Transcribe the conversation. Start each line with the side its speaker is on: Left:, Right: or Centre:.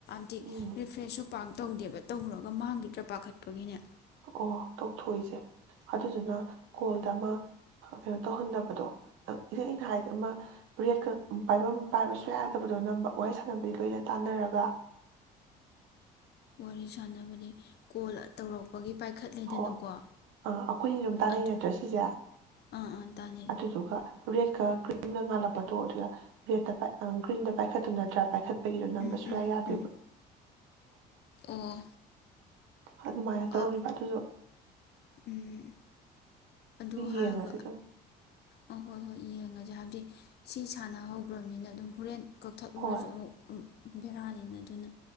Left: <unintelligible>
Right: ꯎꯝ
Left: ꯑꯔꯤꯐ꯭ꯔꯦꯁꯨ ꯄꯥꯛ ꯇꯧꯗꯦꯕ ꯇꯧꯔꯒ ꯃꯥꯡꯈꯤꯗ꯭ꯔꯥ ꯄꯥꯈꯠꯄꯒꯤꯅꯦ
Right: ꯑꯣ ꯇꯧꯊꯣꯛꯑꯣ ꯏꯆꯦ ꯑꯗꯨꯗꯨꯅ ꯀꯣꯜꯗ ꯑꯃ ꯀꯩꯅꯣ ꯇꯧꯍꯟꯗꯕꯗꯣ ꯑꯩꯅ ꯍꯥꯏ ꯑꯃ ꯔꯦꯠꯀ ꯄꯥꯏꯐꯝ ꯄꯥꯏꯕꯁꯨ ꯌꯥꯗꯕꯗꯣ ꯅꯝꯕ ꯋꯥꯔꯤ ꯁꯥꯟꯅꯕꯗꯤ ꯂꯣꯏꯅ ꯇꯥꯟꯅꯔꯒ
Left: ꯋꯥꯔꯤ ꯁꯥꯟꯅꯕꯅꯤ ꯀꯣꯜ ꯇꯧꯔꯛꯄꯒꯤ ꯄꯥꯏꯈꯠꯂꯦꯗꯅꯀꯣ
Right: ꯍꯣꯏ ꯑꯥ ꯑꯩꯈꯣꯏꯅꯤ ꯑꯗꯨꯝ ꯇꯥꯅꯩ
Left: ꯑꯗꯨ
Right: ꯅꯠꯇ꯭ꯔꯥ ꯁꯤꯁꯦ
Left: ꯑꯥ ꯑꯥ ꯇꯥꯅꯩ
Right: ꯑꯗꯨꯗꯨꯒ ꯔꯦꯗꯀ ꯒ꯭ꯔꯤꯟ ꯆꯨꯝꯅ ꯉꯥꯜꯂꯛꯄꯗꯣ ꯑꯗꯨ ꯔꯦ ꯒ꯭ꯔꯤꯟꯗ ꯄꯥꯏꯈꯠꯇꯨ ꯅꯠꯇ꯭ꯔꯥ ꯄꯥꯏꯈꯠ ꯑꯩꯗꯣ ꯅꯝꯕ
Left: ꯎꯝ
Right: ꯁꯨꯡꯌꯥ
Left: ꯎꯝ
Right: ꯌꯥꯗꯣꯏꯕ
Left: ꯎꯝ ꯑꯣ
Right: ꯑꯗꯨꯃꯥꯏꯅ ꯇꯧꯔꯤꯕ
Left: ꯑ
Right: ꯑꯗꯨꯗꯣ
Left: ꯎꯝ ꯑꯗꯨ ꯍꯥꯏꯔꯒ
Right: ꯌꯦꯡꯉꯁꯤ ꯑꯗꯨꯝ
Left: ꯑꯥ ꯍꯣꯏ ꯍꯣꯏ ꯌꯦꯡꯉꯁꯦ ꯍꯥꯏꯕꯗꯤ ꯁꯤ ꯁꯥꯟꯅꯍꯧꯈ꯭ꯔꯕꯅꯤꯅ ꯑꯗꯨꯝ ꯍꯣꯔꯦꯟ ꯀꯛꯊꯠꯂꯨꯔꯁꯨ
Right: ꯍꯣꯏ
Left: ꯑꯃꯨꯛ ꯕꯦꯔꯥꯅꯤꯅ ꯑꯗꯨꯅ